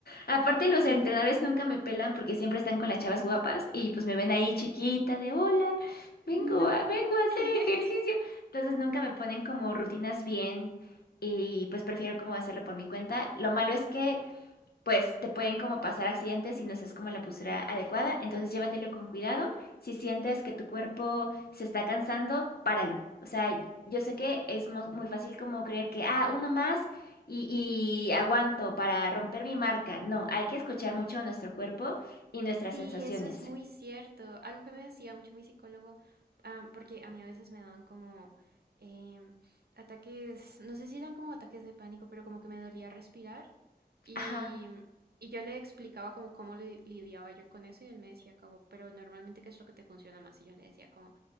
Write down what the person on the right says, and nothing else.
<laughs>
No.
<laughs>
Sí,
eso es muy cierto. Algo que me decía mucho mi psicólogo, am, porque a mí a veces me daban como em, ataques, no sé si eran como ataques de pánico, pero como que me dolía respirar. Y,
y yo le explicaba como cómo li- lidiaba yo con eso y él me decía como, pero normalmente ¿qué es lo que te funciona más? Y yo le decía como,